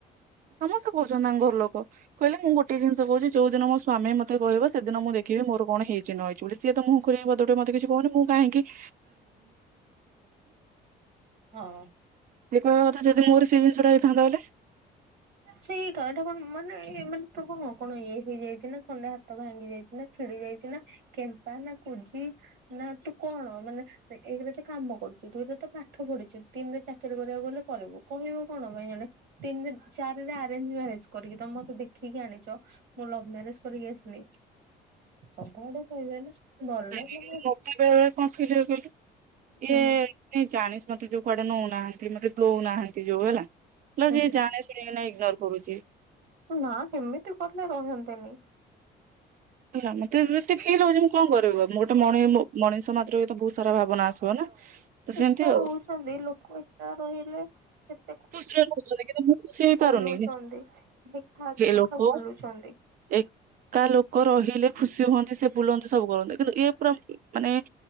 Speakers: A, on the right (about 55°); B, on the right (about 75°).
A: ସମସ୍ତେ କହୁଛନ୍ତି ତାଙ୍କ ଘର ଲୋକ କହିଲେ ମୁଁ ଗୋଟେ ଜିନିଷ କହୁଛି ଯୋଉ ଦିନ ମୋ ସ୍ଵାମୀ ମତେ କହିବ ସେଦିନ ମୁଁ ଦେଖିବି ମୋର କଣ ହେଇଛି ନହେଇଚି ବୋଲି ସିଏ ତ ମୁହଁଖୋଲିକି ପଦୁଟିଏ ମୋତେ କିଛି କହୁନି ମୁଁ କାହିଁକି <unintelligible>
B: ହଁ।
A: କହିବା କଥା ଯଦି ମୋର ସେଇ ଜିନିଷଟା ହେଇଥାନ୍ତା ହେଲେ
B: ସେଇଟା ତୋର କନ ସେ ତଳଟା କଣ ମନେ ମାନେ ତର କଣ ହେଇଯାଇଛି କଣ ଟା ହାତ ଭାଙ୍ଗି ଯାଇଛି ଛିଡ଼ି ଯାଇଛି କେମ୍ପା ନା କୁଜା ନା ତୁ କଣ ଏକରେ ତୁ କାମ କରୁଛୁ ତୁ ଏ ତତେ ପାଠ ପଢିଛୁ ତିନି ରେ ଚାକିରି କରିବାକୁ ଗଲେ କରିବୁ କହିବୁ କଣ ପାଇ ଜଣେ ତିନିରେ ଚାରିରେ ଆରେଞ୍ଜ ମ୍ୟାରେଜ କରିକି ତମେତେ ଦେଖିକି ଆଣିଛ ମୁଁ ଲଭ ମ୍ୟାରେଜ କରିକି ଆସିନି ସବୁଆଡେ କହିବେ ନା। ଭଲ
A: ମୋତେ
B: ମାନେ
A: ବେଳେ ବେଳେ କଣ ଫିଲ୍ ହୁଏ କହିଲୁ
B: ହୁଁ
A: ଏଇ ମତେ ଯୋଉ କୁଆଡେ ନେଉନାହାନ୍ତି ମତେ ଦଉନାହାନ୍ତି ଯୋଉ ହେଲା ଇଲୋ
B: ହୁଁ
A: ସିଏ ଜାଣି ଶୁଣିକିନା ଇଗ୍ନୋର କରୁଛି
B: ହୁଁ ନା କେମିତି କେ ରହୁଛନ୍ତିନି?
A: ହେଲା ମତେ ଏତେ ଫିଲି ହଉଛି ମୁଁ କଣ କରିବ ମୁଁ ଗୋଟେ ମଣିଷ ମାତ୍ର ବହୁତ ସାରା ଭାବନା ଆସିବ ନା ତ ସେମିତି
B: ଏକା
A: ଆଉ
B: ରହୁଛନ୍ତି ଲୋକ ଏକା ରହିଲେ କେତ
A: ଖୁସିରେ ରହୁଛନ୍ତି କିନ୍ତୁ ମୁଁ ଖୁସି ହେଇପାରୁନି
B: ବୁଲୁଛନ୍ତି ଦେଖା କି ନଖା
A: ଲୋକ
B: ବୁଲୁଛନ୍ତି
A: ଏକା ଲୋକ ରହିଲେ ଖୁସି <unintelligible> ବୁଲନ୍ତି ସବୁ କରନ୍ତନ୍ତି କିନ୍ତୁ ଇଏ ପୁରା ମାନେଉ